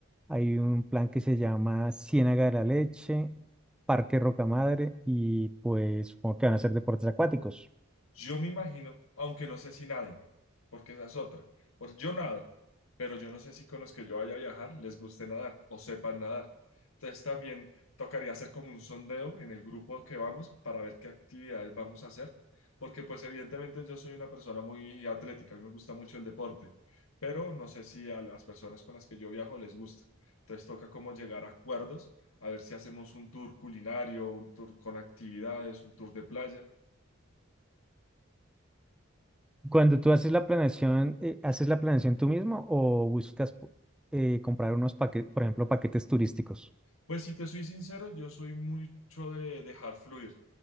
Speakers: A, in the centre; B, on the left (about 80°).
A: hay un plan que se llama Ciénaga de la Leche, Parque Rocamadre y pues supongo que van a hacer deportes acuáticos.
B: Yo me imagino, aunque no sé si naden, porque esa es otra. Porque yo nado, pero yo no sé si con los que yo vaya a viajar les guste nadar o sepan nadar. Entonces también tocaría hacer como un sondeo en el grupo que vamos para ver qué actividades vamos a hacer, porque pues evidentemente yo soy una persona muy atlética, a mí me gusta mucho el deporte, pero no sé si a las personas con las que yo viajo les gusta. Entonces toca como llegar a acuerdos, a ver si hacemos un tour culinario, un tour con actividades, un tour de playa
A: Cuando tú haces la planeación, eh, ¿haces la planeación tú mismo o buscas eh, comprar unos paquetes, por ejemplo, paquetes turísticos?
B: Pues si te soy sincero, yo soy mucho de dejar fluir.